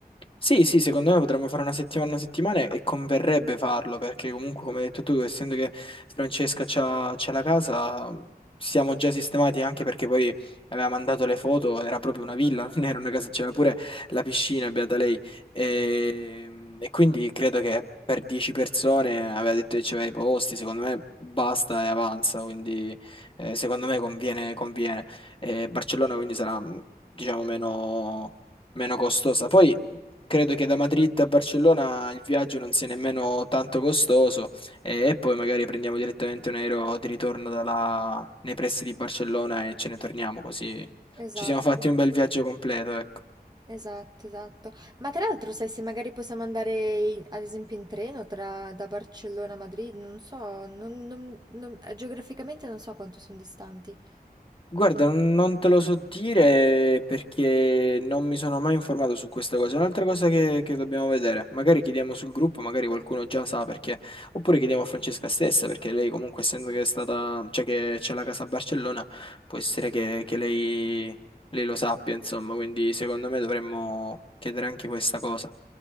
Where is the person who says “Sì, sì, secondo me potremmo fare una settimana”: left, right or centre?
Left